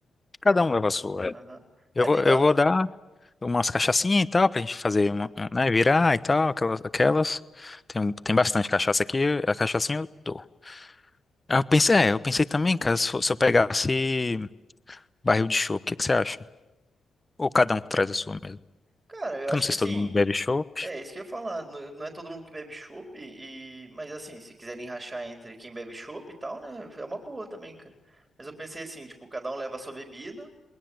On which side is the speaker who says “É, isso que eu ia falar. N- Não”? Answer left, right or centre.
Right